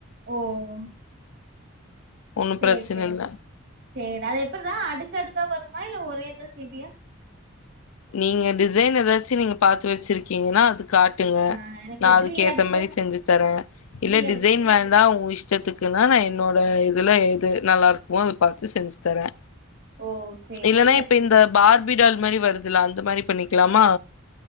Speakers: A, on the right; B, on the left.
A: ஓ ஓ ஓ
B: ஒன்னும்
A: சேர்
B: பிரச்சன
A: சேர்
B: இல்ல
A: சேரிடா அது எப்பிற்றா அடுக்கு அடுக்கா வருமா இல்ல ஒரேஇதா செய்வியா
B: நீங்க டிசைன் ஏதாச்சு நீங்க பாத்து வச்சிருக்கீங்கன்னா அது காட் டுங்க
A: ஆ எனக்கு
B: நா
A: த்ரீ
B: அதுக்கு ஏத்த
A: அடுக்கு
B: மாதி செஞ்சு தரே
A: த்ரீ
B: இல்ல
A: அடுக்கு
B: டிசைன் வேண்டா உ இஷ் ஸ்டத்துக்குன்னா நா என்னோட இதுல எது நல்லா இருக்குமோ அத பாத்து செஞ்சு தரே
A: ஓ சேரி
B: இல்லன்னா
A: சேரி இல்ல
B: இப்ப இந்த பார்பிடால் மாரி வருதுல்ல அந்த மாரி பண்ணிக்கலாமா